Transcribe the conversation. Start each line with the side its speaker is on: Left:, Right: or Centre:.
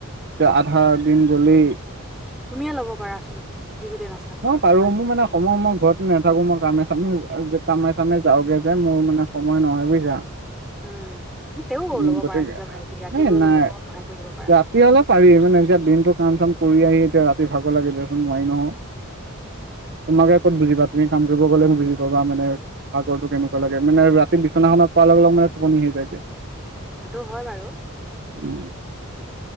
Right: যে আধা দিন গলেই।
Centre: তুমিয়ে ল'ব পাৰাচোন যিকেইদিন আছা চ ঘৰত
Right: পাৰো
Centre: বা যি।
Right: মোৰ মানে অ মই মই ঘৰত নাথাকো মই কামে চামে। যে কামে চামে যাওগে যে মোৰ মানে সময় নহয় বুজিছা।
Centre: উম তেও
Right: উম
Centre: ল'ব
Right: গতিকে
Centre: পাৰা নিজৰ ভাইটি ৰাতি
Right: হে
Centre: হ'লেও
Right: নাই
Centre: লহওঁ সহায় কৰি দিব পাৰা
Right: যা। তিয়াহ'লে পাৰি মানে এতিয়া দিনতটো কাম চাম কৰি আহি এতিয়া ৰাতি ভাগৰ লাগি দেচোন নোৱাৰি নহ। তোমালোকে কত বুজা তুমি কাম কৰিব গলে বুজি। বা মানে ভাগৰটো কেনেকুৱা লাগে মানে ৰাতি বিচনাখনত পোৱাৰ লগে মানে টোপনি আহি যায়।
Centre: সেইটো হয় বাৰু।
Right: উম।